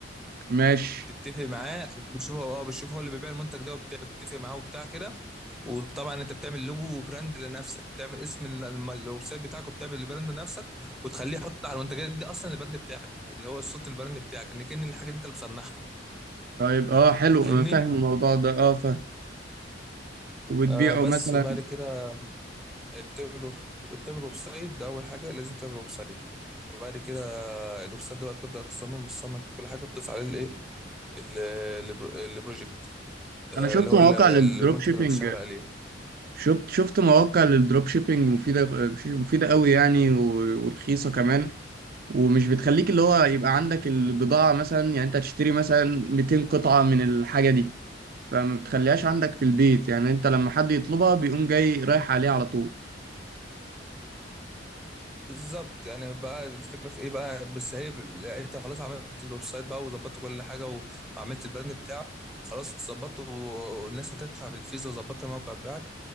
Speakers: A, on the right; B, in the centre.
A: ماشي
B: تتفق معاه بتشوف هو اه بتشوف هو اللي بيبيع المنتج ده وبتتفق معاه وبتاع كده وطبعا انت بتعمل لوجو وبراند لنفسك بتعمل اسم ال- الم- الويب سايت بتاعك وبتعمل البراند لنفسك وتخليه يحط على المنتجات دي اصلا البراند بتاعك اللي هو صوره البراند بتاعك ان كان الحاجه دي انت اللي بتصنعها
A: طيب اه حلو
B: فاهمني
A: انا فاهم الموضوع ده اه فاهم وبتبيعه
B: آه بس
A: مثلا
B: وبعد كده بتعمل بتعمل ويب سايت ده اول حاجه لازم تعمل ويب سايت وبعد كده الويب سايت ده بقى بتبدا تصمم وتصمم في كل حاجه تضيف عليه الايه ال- البرو- البروجكت آه
A: انا شفت
B: اللي هو
A: مواقع
B: ال- المنتج
A: للدروب شيبينج
B: اللي هتشتغل عليه
A: شفت شفت مواقع للدروب شيبينج مفيدة مفيدة قوي يعني و- ورخيصة كمان ومش بتخليك اللي هو يبقى عندك البضاعة مثلا يعني انت تشتري مثلا 200 قطعة من الحاجة دي فما بتخليهاش عندك في البيت يعني انت لما حد يطلبها بيقوم جاي رايح عليه على طول
B: بالظبط يعني بقى الفكره في ايه بقى بس هي ب- لقيتها خلاص عملت الويب سايت بقى وظبطت كل حاجه و- وعملت البراند بتاعك خلاص اتظبطت و- والناس هتدفع في الفيزا وظبطت الموقع بتاعك